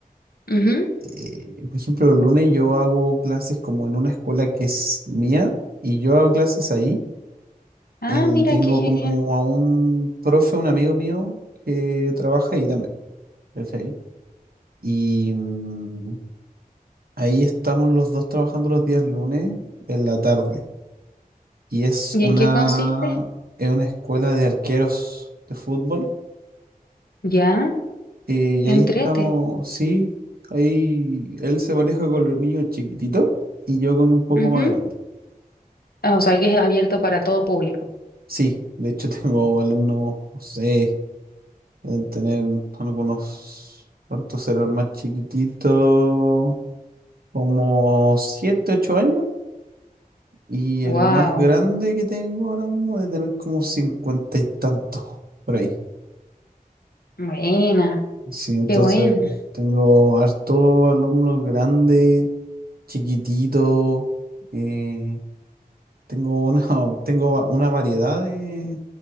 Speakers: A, on the left (about 85°); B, on the right (about 80°).
A: Ujú.
B: Eh, por ejemplo, el lunes yo hago clases como en una escuela que es mía y yo hago clases ahí.
A: Ah,
B: Eh, Y
A: mira,
B: tengo
A: qué genial.
B: como a un profe, un amigo mío, que trabaja ahí también, ¿cachai? Y mm, ahí estamos los dos trabajando los días lunes en la tarde. Y es
A: ¿Y
B: una,
A: en qué consiste?
B: es una escuela de arqueros de fútbol.
A: Ya,
B: eh, y
A: qué
B: ahí
A: entrete.
B: estamos, sí, ahí él se maneja con los niños chiquititos y yo con un poco
A: Ujú.
B: más grande.
A: Ah, o sea, que es abierto para todo público.
B: Sí, de hecho <laughs> tengo alumnos, no sé. Deben tener algunos, ¿cuántos serán más chiquititos? Como 7 8 años. Y el
A: Wow,
B: más grande que tengo ahora mismo debe tener como 50 y tantos, por ahí.
A: buena,
B: Sí, entonces
A: qué buena.
B: tengo harto alumnos grandes, chiquititos. eh, tengo una, <laughs> tengo una variedad de,